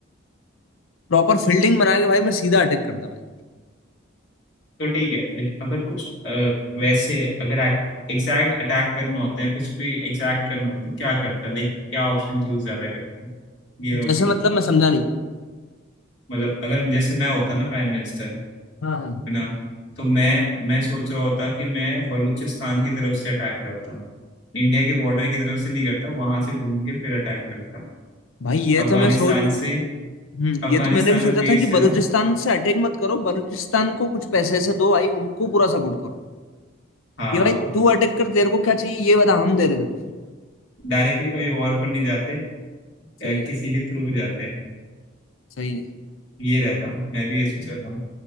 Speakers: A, on the left; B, on the left.
A: प्रॉपर फील्डिंग बना के भाई मैं सीधा अटैक करता भाई
B: तो ठीक है लेकिन अगर कुछ अ, वैसे अगर एग्जैक्ट अटैक करना होता है कुछ भी एग्जैक्ट करना होता है तो क्या करता है लाइक क्या ऑप्शन चूज ज्यादा करता है ये
A: जैसे
B: मैं पूछ
A: मतलब मैं समझा नहीं
B: मतलब अगर मैं- जैसे मैं होता ना प्राइम मिनिस्टर
A: हाँ हाँ
B: है ना तो मैं मैं सोच रहा होता कि मैं बलूचिस्तान की तरफ से अटैक करता हूँ इंडिया के बॉर्डर की तरफ से नहीं करता वहां से घूम के फिर अटैक करता हूँ
A: भाई ये
B: अफगानिस्तान
A: तो मैं सोच
B: से
A: हम्म
B: अफगानिस्तान
A: ये तो मैंने भी सोचा
B: में बेस
A: था कि
B: है
A: बलूचिस्तान
B: ना
A: से अटैक मत करो बलूचिस्तान को कुछ पैसे ऐसे दो भाई उनको पूरा सपोर्ट करो
B: हाँ
A: ये भाई तू अटैक कर तेरे को क्या चाहिए ये बता हम दे रहे तेरे को
B: डायरेक्टली कभी वॉर पर नहीं जाते अ,
A: सही है
B: किसी के थ्रू जाते हैं
A: सही है
B: ये रहता मैं भी ये सोच रहा था